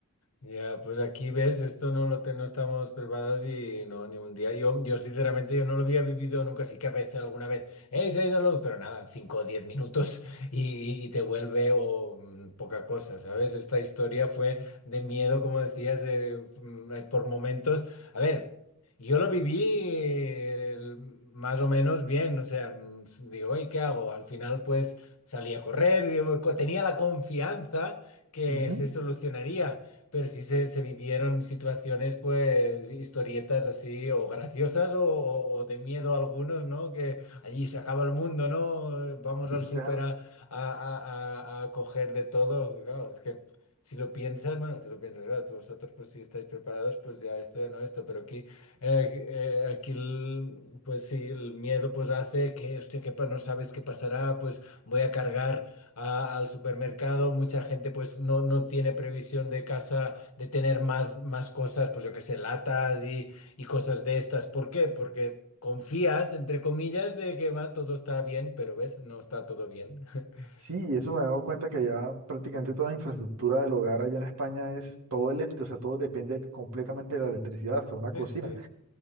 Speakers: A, on the left; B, on the right.
A: Ya, pues aquí ves, esto no lo te- no estamos preparados y no, ni un día. Yo, yo sinceramente, yo no lo había vivido nunca, sí que a veces, alguna vez, ¡eh, se ha ido la luz! Pero nada, 5 o 10 minutos <laughs> y, y- y te vuelve o mm, poca cosa, ¿sabes? Esta historia fue de miedo, como decías, de, mm, eh, por momentos. A ver, yo lo viví eh, el- más o menos bien, o sea, mm, digo, ¿y qué hago? Al final, pues salí a correr, digo, co- tenía la confianza que
B: ujú.
A: se solucionaría pero sí se, se vivieron situaciones, pues, historietas así, o graciosas, o, o- o de miedo a algunos, ¿no? Que allí se acaba el mundo, ¿no? Eh, Vamos
B: Sí,
A: al súper
B: claro.
A: a, a- a- a- a coger de todo. Claro, es que si lo piensas, bueno, si lo piensas, claro, tú vosotros, pues, si estáis preparados, pues ya esto, ya no esto, pero aquí, eh, eh, aquí, el- pues sí, el miedo, pues, hace que, hostia, que pa- no sabes qué pasará, pues, voy a cargar a- al supermercado, mucha gente pues no, no tiene previsión de casa de tener más, más cosas, pues yo qué sé, latas y, y cosas de estas. ¿Por qué? Porque confías, entre comillas, de que va, todo está bien, pero ves, no está todo bien. <laughs>
B: Sí, y eso me he dado cuenta que ya prácticamente toda la infraestructura del hogar allá en España es todo eléctrico, o sea, todo depende completamente de la electricidad, hasta una
A: Sí,
B: cocina.
A: sí,